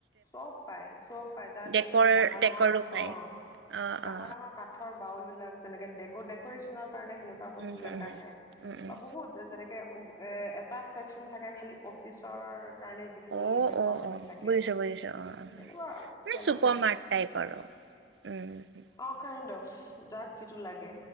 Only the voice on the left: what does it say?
চব পাই চব পাই তাত
এই ডাঙৰ
ডাঙৰ
অ
ডাঙৰ
ডাঙৰ কাঠৰ বাউল বিলাক যেনেকে ডে'ক ডেক'ৰেচনৰ কাৰণে সেনেকুৱা বস্তুবিলাক
আহে
বা বহুত যেনেকে এ এটা ছেকচন থাকে খালি অফিচৰ কাৰণে যিখিনি
ৰিকয়াৰমেণ্টছ
থাকে
তেনেকুৱা আৰু বেলেগ
বেলেগ
অ কাইণ্ড অফ যাক যিটো লাগে